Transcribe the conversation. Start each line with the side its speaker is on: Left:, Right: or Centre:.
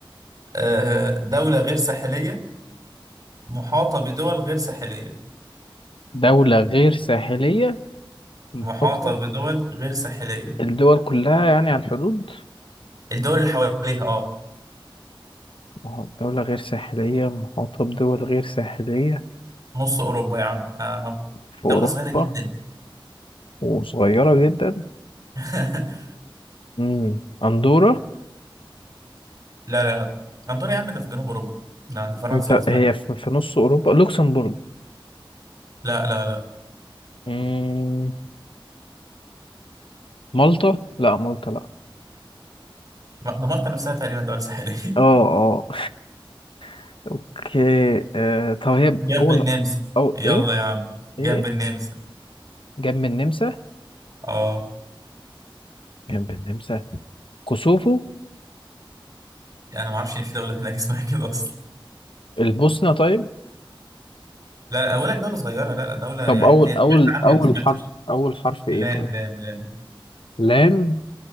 Right: آه، دولة غير ساحلية محاطة بدول غير ساحلية
Left: دوله غير ساحليه محاطه
Right: محاطة بدول غير ساحلية
Left: الدول كلها يعني على الحدود
Right: الدول اللي حواليها اه
Left: ما هو دولة غير ساحلية محاطة بدول غير ساحلية
Right: نص أوروبا يا عم اه
Left: في أوروبا
Right: دولة صغيرة جدا
Left: وصغيرة جدا
Right: <laughs>
Left: مم. أندورا
Right: لا لا لا أنطونيا يا عم ده في جنوب أوروبا ده عند فرنسا
Left: أنت
Right: وأسبانيا
Left: هي في في نص أوروبا لوكسمبورج
Right: لا لا لا
Left: مم. مالطا لا مالطا لا
Right: دمرت نفسها تقريبا دولة ساحلية
Left: اه اه <laughs> اوكي آه. طب
Right: <laughs>
Left: هي ب-
Right: جنب
Left: أول
Right: النمسا
Left: أو
Right: يلا
Left: إيه
Right: يا عم جنب
Left: إيه إيه؟
Right: النمسا
Left: جنب النمسا
Right: اه
Left: جنب النمسا كوسوفو
Right: يعني انا ما اعرفش ان في دوله هناك <laughs> اسمها كده اصلا
Left: البوسنة طيب
Right: لا لا، اقول لك دوله صغيره لا لا دوله
Left: طب
Right: يعني
Left: أول
Right: انت سمعت
Left: أول
Right: عنها
Left: أول
Right: ما سمعتش
Left: حرف أول حرف إيه
Right: لام
Left: طيب
Right: لام لام
Left: لام